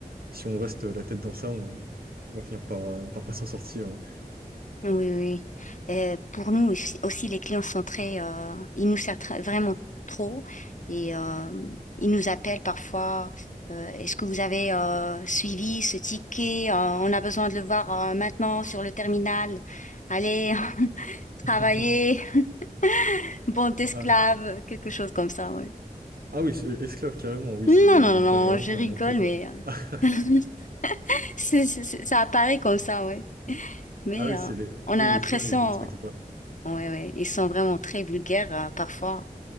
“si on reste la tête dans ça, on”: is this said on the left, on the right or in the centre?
Right